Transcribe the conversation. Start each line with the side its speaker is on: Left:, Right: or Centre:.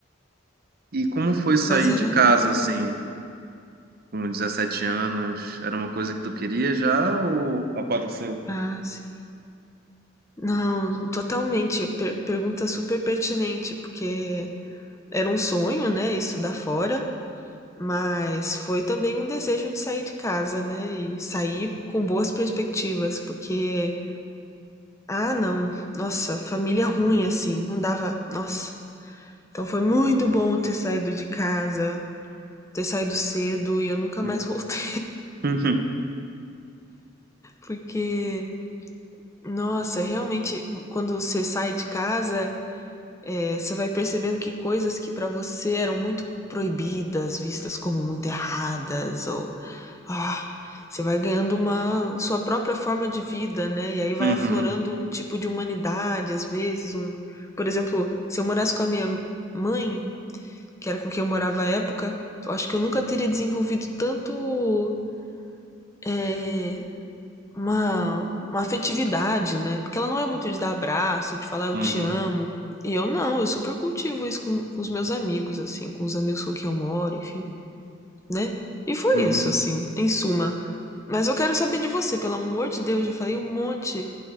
Right: E como foi sair
Left: Mas era
Right: de
Left: incrível.
Right: casa, assim, com 17 anos? Era uma coisa que tu queria já ou apareceu?
Left: Ah, sim. Não, totalmente. Per- pergunta super pertinente, porque era um sonho, né, estudar fora, mas foi também um desejo de sair de casa, né, e sair com boas perspectivas, porque ah, não, nossa, família ruim assim, não dava, nossa. Então foi muito bom ter saído de casa, ter saído cedo e eu nunca
Right: Uhum,
Left: mais <laughs> voltei,
Right: <laughs>
Left: porque nossa, realmente quando você sai de casa, É, você vai percebendo que coisas que para você eram muito proibidas, vistas como muito erradas, ou ah, você vai ganhando uma sua própria forma de vida, né? E aí vai
Right: uhum,
Left: aflorando um tipo de humanidade, às vezes, um, por exemplo, se eu morasse com a minha mãe, que era com quem eu morava à época, eu acho que eu nunca teria desenvolvido tanto é, uma, uma afetividade, né? Porque ela não é muito de dar abraço, de falar eu
Right: uhum,
Left: te amo. E eu não, eu super cultivo isso com, com os meus amigos, assim, com os amigos com quem eu moro, enfim, né? E foi
Right: uhum.
Left: isso, assim, em suma. Mas eu quero saber de você, pelo amor de Deus, já falei um monte.